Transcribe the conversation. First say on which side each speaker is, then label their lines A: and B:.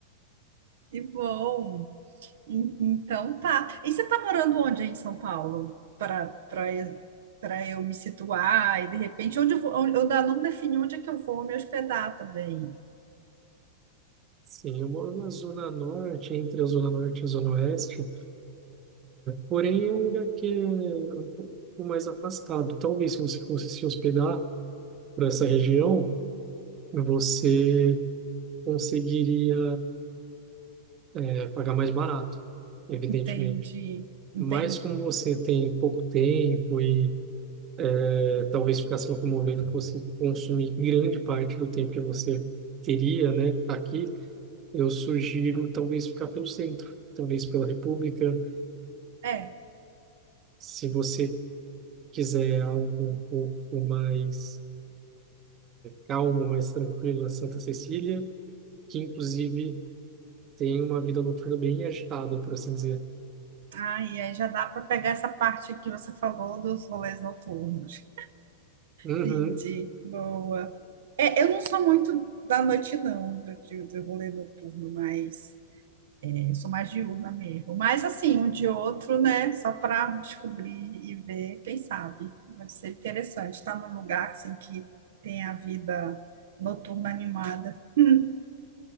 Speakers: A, on the right; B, on the right.
A: Que bom. En- Então tá. E você tá morando onde aí em São Paulo? Para para eu para eu me situar e de repente onde eu vou, onde- eu ainda não defini onde é que eu vou me hospedar também.
B: sim. Eu moro na Zona Norte, entre a Zona Norte e a Zona Oeste, porém é um lugar que é um pouco mais afastado. Talvez se você fosse se hospedar por essa região, você conseguiria é, pagar mais barato, evidentemente.
A: Entende? Entende?
B: Mas como você tem pouco tempo e é, talvez ficar se locomovendo fosse consumir grande parte do tempo que você teria, né, aqui. eu sugiro talvez ficar pelo centro, talvez pela República,
A: É.
B: se você quiser algo um pouco mais calmo, mais tranquilo, a Santa Cecília, que inclusive tem uma vida noturna bem agitada, por assim dizer.
A: Ah, e aí já dá para pegar essa parte que você falou dos rolês noturnos.
B: Uhum.
A: Entendi. Boa. É, eu não sou muito da noite, não, do, do do rolê noturno, mas Eu sou mais diurna mesmo. Mas assim, um de outro, né? Só para descobrir e ver, quem sabe. Vai ser interessante estar num lugar assim que tem a vida noturna animada. <laughs>